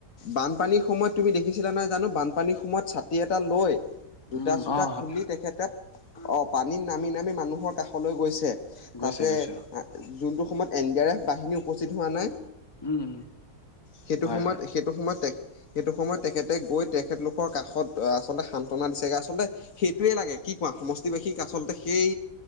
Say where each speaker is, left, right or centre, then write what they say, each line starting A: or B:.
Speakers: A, on the left; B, on the left.
A: বানপানীৰ সময়ত তুমি দেখিছিলা নহয় জানো বানপানীৰ সময়ত ছাতি এটা লৈ জোটা
B: উম
A: চোতা
B: অ হয়
A: খুলি
B: হয়
A: তেখেতে অ' পানীত নামি-নামি মানুহৰ কাষলৈ গৈছে।
B: গৈছে
A: তাতে
B: গৈছে অ
A: যোনটো সময়ত এন ডি আৰ এফ বাহিনী উপস্থিত হোৱা নাই
B: উম উম
A: সেইটো
B: হয়
A: সময়ত
B: হয়
A: সেইটো সময়ত সেইটো সময়ত তেখেতে গৈ তেখেতলোকৰ কাষত আচলতে সান্তনা দিছেগে আচলতে সেইটোৱে লাগে কি কোৱা সমষ্টিবাসীক আচলতে সেই